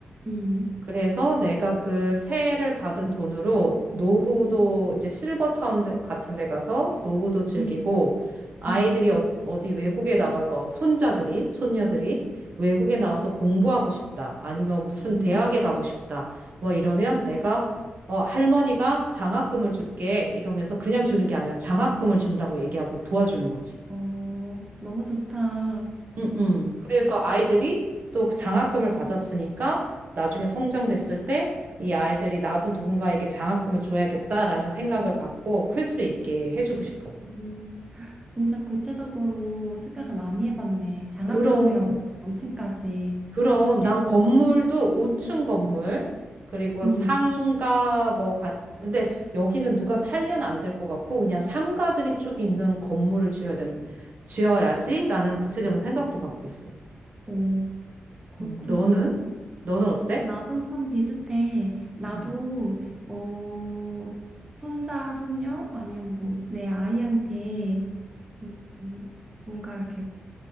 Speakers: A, on the right (about 15°); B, on the right (about 50°).
A: 음,
B: 그래서 내가 그 세를 받은 돈으로 노후도 이제 실버타운 데- 같은 데 가서 노후도 즐기고
A: 음,
B: 아이들이
A: 음,
B: 어, 어디 외국에 나가서 손자들이, 손녀들이
A: 음,
B: 외국에 나가서 공부하고 싶다. 아니면 무슨
A: 음.
B: 대학에 가고 싶다. 뭐 이러면 내가 어, 할머니가 장학금을 줄게. 이러면서 그냥 주는 게 아니라 장학금을 준다고 얘기하고 도와주는 거지.
A: 어, 너무 좋다.
B: 음, 음. 그래서 아이들이 또그 장학금을 받았으니까 나중에 성장됐을 때 이 아이들이 나도 누군가에게 장학금을 줘야겠다라는 생각을 갖고 클 수 있게 해주고 싶어.
A: 음, 진짜 구체적으로 생각을 많이 해봤네. 장학금이랑
B: 그럼,
A: 명칭까지
B: 그럼
A: 생각,
B: 난 건물도 5층 건물, 그리고
A: 음,
B: 상가 뭐 같, 근데 여기는 누가 살면 안 될 것 같고 그냥 상가들이 쭉 있는 건물을 지어야 된, 지어야지라는 구체적인 생각도 갖고 있어.
A: 어, 그렇구나.
B: 음, 너는? 너는 어때?
A: 나도 좀 비슷해. 나도,
B: 응,
A: 어, 손자, 손녀, 아니면 뭐, 내 아이한테, 음, 음, 뭔가 이렇게